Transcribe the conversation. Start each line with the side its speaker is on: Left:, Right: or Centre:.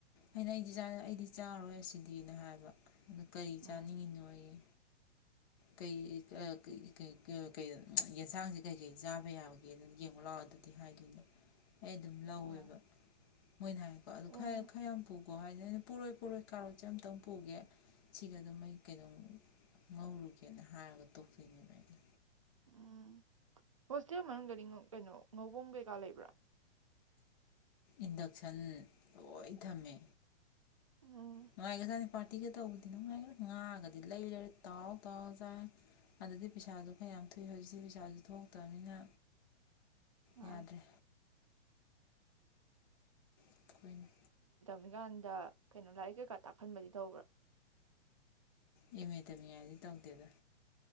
Left: ꯑꯩꯅ ꯑꯩꯗꯤ ꯆꯥ ꯑꯩꯗꯤ ꯆꯥꯔꯣꯏ ꯑꯁꯤꯗꯤꯅ ꯍꯥꯏꯕ ꯑꯗꯨ ꯀꯔꯤ
Right: ꯎꯝ
Left: ꯆꯥꯅꯤꯡꯉꯤꯅꯣ ꯑꯩꯌꯦ <unintelligible> ꯌꯦꯟꯁꯥꯡꯁꯦ ꯀꯩꯀꯩ ꯆꯥꯕ ꯌꯥꯕꯒꯦꯅ ꯌꯦꯡꯕ ꯂꯥꯛꯑꯣ ꯑꯗꯨ ꯗꯤ ꯍꯥꯏꯈꯤꯅꯦ ꯑꯩ ꯑꯗꯨꯝ ꯂꯧꯋꯦꯕ
Right: ꯑ
Left: ꯃꯣꯏꯅ ꯍꯥꯏꯀꯣ ꯑꯗꯨ
Right: ꯎꯝ
Left: ꯈꯔ ꯈꯔꯌꯥꯝ ꯄꯨꯈꯣ ꯍꯥꯏꯗꯤ ꯑꯩꯅ ꯄꯨꯔꯣꯏ ꯄꯨꯔꯣꯏ ꯀꯥꯔꯣꯇꯁꯦ ꯑꯝꯇꯪ ꯄꯨꯒꯦ ꯁꯤꯒ ꯑꯗꯨꯝ ꯑꯩ ꯀꯩꯗꯧ ꯉꯧꯔꯨꯒꯦꯅ ꯍꯥꯏꯔꯒ ꯇꯣꯛꯇꯣꯏꯅꯦꯕ ꯑꯩꯅ
Right: ꯎꯝ ꯍꯣꯏ ꯍꯣꯁꯇꯦꯜ ꯃꯅꯨꯡꯗꯗꯤ ꯀꯩꯅꯣ ꯉꯧꯕꯝ ꯀꯩ ꯀꯥ ꯂꯩꯕ꯭ꯔꯥ
Left: ꯏꯟꯗꯛꯁꯟ ꯂꯣꯏ ꯊꯝꯃꯦ
Right: ꯎꯝ
Left: ꯅꯨꯉꯥꯏꯒ꯭ꯔꯖꯥꯗꯅꯤ ꯄꯥꯔꯇꯤꯒ ꯇꯧꯕꯗꯤ ꯅꯨꯡꯉꯥꯏꯈ꯭ꯔꯦ ꯉꯥꯒꯗꯤ ꯂꯩ ꯂꯩꯔꯦ ꯇꯥꯎ ꯇꯥꯎꯔꯥ ꯆꯥꯢ ꯑꯗꯨꯗꯤ ꯄꯩꯁꯥꯁꯨ ꯈꯔ ꯌꯥꯝ ꯊꯣꯛꯏ ꯍꯧꯖꯤꯛꯁꯤ ꯄꯩꯁꯥꯁꯨ ꯊꯣꯛꯇꯕꯅꯤꯅ
Right: ꯃꯥꯅꯦ
Left: ꯌꯥꯗ꯭ꯔꯦ ꯑꯩꯈꯣꯏꯅ
Right: ꯒꯥꯟꯗ ꯀꯩꯅꯣ ꯂꯥꯏꯔꯤꯛ ꯀꯩꯀꯥ ꯇꯥꯛꯍꯟꯕꯗꯤ ꯇꯧꯕ꯭ꯔꯥ
Left: ꯑꯦꯝ ꯃꯦ ꯇꯝꯃꯤ ꯉꯥꯢꯗꯗꯤ ꯇꯧꯗꯦꯗ